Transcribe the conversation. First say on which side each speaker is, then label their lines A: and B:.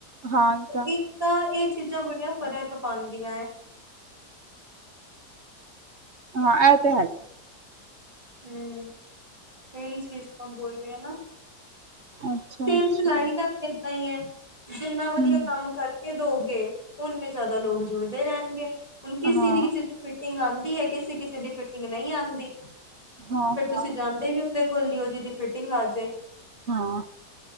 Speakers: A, on the right; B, on the right.
A: ਹਾਂ, ਇਹ ਤਾਂ
B: ਏਦਾਂ ਤਾਂ, ਇਹ ਚੀਜ਼ਾਂ ਬੜੀਆਂ ਫ਼ਰਕ ਪਾਉਂਦੀਆਂ
A: ਹਾਂ, ਇਹ ਤੇ ਹੈਗਾ ਏ।
B: ਹਮ, ਤੇ ਇਹ ਹੀ ਚੀਜ਼ ਮੈਂ ਬੋਲ ਰਹੀ ਹਾਂ, ਨਾ
A: ਅੱਛਾ
B: ਸੇਮ,
A: ਅੱਛਾ।
B: ਸਿਲਾਈ ਦਾ ਵੀ ਏਦਾਂ ਹੀ ਹੈ। ਜਿੰਨਾ ਵਧੀਆ
A: ਹੂੰ
B: ਕੰਮ ਕਰਕੇ ਦੋਗੇ, ਉਨੇ ਜ਼ਿਆਦਾ ਲੋਕ ਜੁੜਦੇ ਰਹਿਣਗੇ। ਹੁਣ, ਕਿਸੀੇ
A: ਹਾਂ
B: ਦੀ ਕਿਸੇ ਦੀ ਫਿਟਿੰਗ ਆਉਂਦੀ ਹੈ, ਕਿਸੇ- ਕਿਸੇ ਦੀ ਫਿਟਿੰਗ ਨਹੀਂ ਆਉਂਦੀ,
A: ਹਾਂ
B: ਫਿਰ ਤੁਸੀਂ
A: ਹਾਂ
B: ਜਾਂਦੇ ਵੀ ਉਹਦੇ ਕੋਲ ਹੀ ਹੋ ਜਿਹਦੀ ਫਿਟਿੰਗ ਆ ਜੇ।
A: ਹਾਂ,